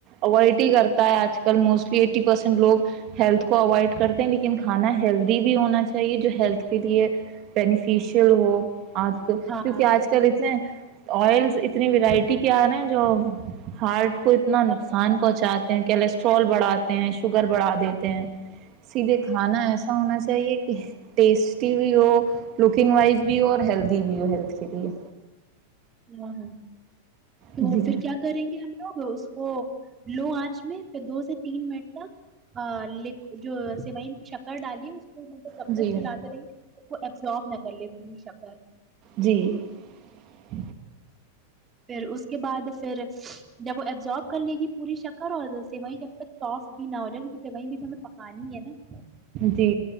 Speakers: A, on the right; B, on the right.
A: اوائڈ ہی کرتا ہے آج کل موسٹلی ایسینٹ لوگ ہیلتھ کو اوائڈ کرتے ہیں لیکن کھانا ہیلدی بھی ہونا چاہی چاہیے جو ہیلتھ کے لیے بینیفیشیل ہو آپ کو
B: ہاں
A: کیونکہ آج کل اتنے آئلس اتنی ورائٹی کے آ رہے ہیں جو ہارڈ کو اتنا نقصان
B: ہاں
A: پہنچاتے ہیں کولیسٹرول بڑھاتے ہیں شوگر بڑھا دیتے ہیں سیدھے کھانا ایسا ہونا چاہیے کہ ٹیسٹی بھی ہو لکنگ وائز بھی ہو اور ہیل <unintelligible> دی بھی ہیلتھ کے لیری ہے
B: ہ ہاں تو
A: جی
B: پھر کیا کریں گے ہم لوگ اس کو لو آنچ میں پھر دو سے تین منٹ تک جو سیوئئی میں شکر ڈالی تو کب تک
A: جی
B: چلااتے رہیں <unintelligible> جاب نک لی ت شکر
A: جی <unintelligible>
B: پھر اس کے بعد پھر جب وہ ایبزارب کر لے گی پوری شکر اور سیوئیں جب تک ساف بھی نہ ہو جائے کیونکہ سیوئیں بھی تو ہمیں پکانی ہے نا <unintelligible>
A: جی